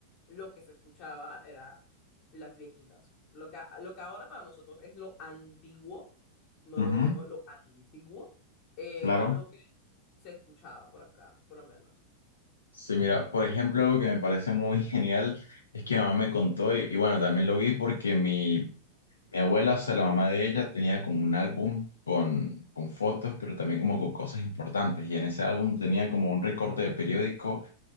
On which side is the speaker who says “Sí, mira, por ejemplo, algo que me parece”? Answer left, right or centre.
Left